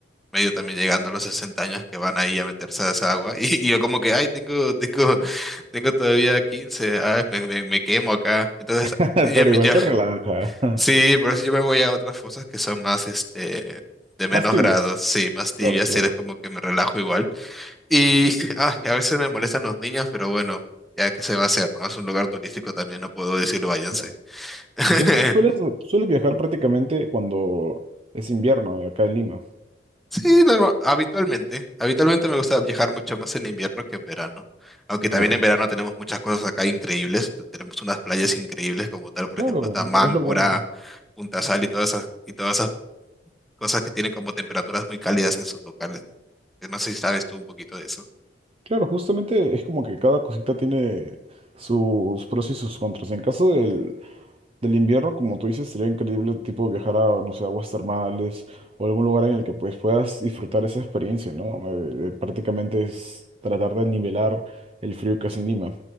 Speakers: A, in the centre; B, on the right.
A: medio también llegando a los 60 años que van ahí a meterse a esa agua. <laughs> Y, y yo como que, ay, tengo, tengo, tengo todavía 15, ay, me, me, me quemo acá. Entonces,
B: <laughs>
A: yo,
B: Pero
A: me-
B: igual
A: yo-
B: te
A: <laughs>
B: relaja. <laughs>
A: sí, por eso yo me voy a otras fosas que son más, este, de menos
B: Más tibios.
A: grados, sí, más tibias,
B: Claro, claro.
A: y es como que me relajo igual. Y ay, a veces me molestan los niños, pero bueno, ya que se va a hacer, ¿no? Es un lugar turístico también, no puedo decirlo, váyanse.
B: Claro.
A: <laughs>
B: Entonces tú sueles, tú sueles viajar prácticamente cuando es invierno eh, acá en Lima.
A: Sí, norma- habitualmente. Habitualmente me gusta viajar mucho más en invierno que en verano. Aunque también
B: Claro.
A: en verano tenemos muchas cosas acá increíbles. Tenemos unas playas increíbles como tal, por
B: Claro,
A: ejemplo, está Máncora,
B: es lo bueno.
A: Punta Sal y todas esas, y todas esas cosas que tienen como temperaturas muy cálidas en sus locales. Yo No sé si sabes tú un poquito de eso.
B: Claro, justamente es como que cada cosita tiene sus pros y sus contras. En caso del, Del invierno, como tú dices, sería increíble tipo viajar a, no sé, aguas termales o algún lugar en el que pues puedas disfrutar esa experiencia, ¿no? Eh, eh, prácticamente es tratar de nivelar el frío que hace en Lima.